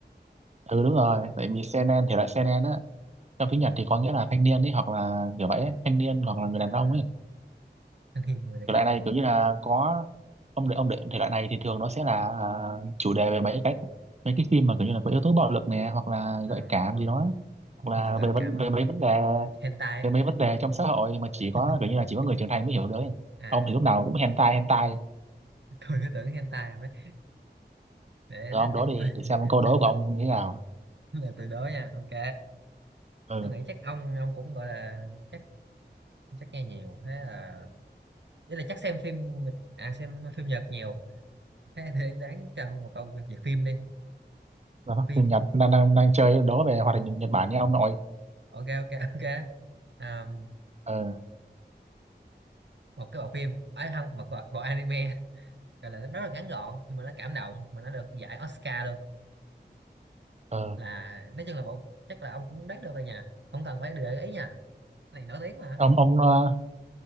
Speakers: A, on the right; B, on the right.
A: ừ đúng rồi tại vì seinen thì lại seinen á trong
B: ừ.
A: tiếng Nhật thì có nghĩa là thanh niên ấy hoặc là kiểu vậy ấy, thanh niên hoặc là người
B: à,
A: đàn ông ấy
B: thanh niên người đàn
A: thể
B: ông
A: loại này kiểu như là có ông để ông để thể loại này thì thường nó sẽ là à, chủ đề về mấy cái mấy cái phim mà kiểu như là có yếu tố bạo lực nè hoặc là
B: à
A: gợi cảm
B: bạo
A: gì
B: lực
A: đó hoặc
B: ui
A: là
B: gợi
A: về vấn
B: cảm á
A: về mấy vấn đề
B: hentai
A: về
B: hả?
A: mấy vấn đề trong xã hội mà chỉ
B: <laughs>
A: có kiểu như là chỉ có người trưởng thành mới hiểu được ấy.
B: à
A: ông thì lúc nào cũng hentai hentai
B: tôi cứ tưởng hentai không ấy để
A: rồi
B: thế
A: ông đố
B: thì
A: đi
B: tôi
A: để xem
B: <laughs>
A: câu đố
B: tôi
A: của
B: tôi-
A: ông như thế nào
B: tôi là từ đó nha ok
A: ừ
B: tôi nghĩ chắc ông ông cũng gọi là chắc chắc nghe nhiều thế là ý là chắc xem phim Nhật à xem phim Nhật nhiều thế thì đáng cho một câu về phim đi
A: đó,
B: phim
A: phim Nhật đang đang đang chơi đố về hoạt hình Nhật Bản nha ông nội
B: ok ok ok à,
A: ờ
B: một cái bộ phim ấy không một bộ, bộ anime gọi là nó rất là ngắn gọn nhưng mà nó cảm động mà nó được giải Oscar luôn
A: ừ
B: là nói chung là bộ chắc là ông cũng đoán được rồi nha không cần phải để ý nha cái này nổi tiếng mà
A: ông ông ờ,